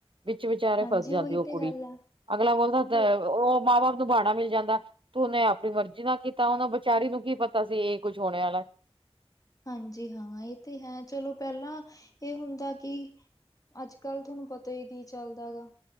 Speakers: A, on the right; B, on the left.
A: ਵਿੱਚ ਵਿਚਾਲੇ
B: ਹਾਂਜੀ
A: ਫਸ ਜਾਂਦੀ
B: ਉਹੀ
A: ਉਹ
B: ਤੇ
A: ਕੁੜੀ,
B: ਗੱਲ ਆ
A: ਅਗਲਾ ਬੋਲਦਾ
B: ਤੇ
A: ਉਹ ਮਾਂ- ਬਾਪ ਨੂੰ ਬਹਾਣਾ ਮਿਲ ਜਾਂਦਾ। ਤੂੰ ਨੇ ਆਪਣੀ ਮਰਜ਼ੀ ਨਾਲ ਕੀਤਾ ਉਹਨੂੰ ਵਿਚਾਰੀ ਨੂੰ ਕੀ ਪਤਾ ਸੀ ਇਹ ਕੁੱਝ ਹੋਣ ਵਾਲਾ।
B: ਹਾਂਜੀ ਹਾਂ ਇਹ ਤੇ ਹੈ ਚਲੋ ਪਹਿਲਾਂ ਇਹ ਹੁੰਦਾ ਕਿ ਅੱਜ-ਕੱਲ੍ਹ ਤੁਹਾਨੂੰ ਪਤਾ ਹੀ ਕੀ ਚੱਲਦਾ ਗਾ।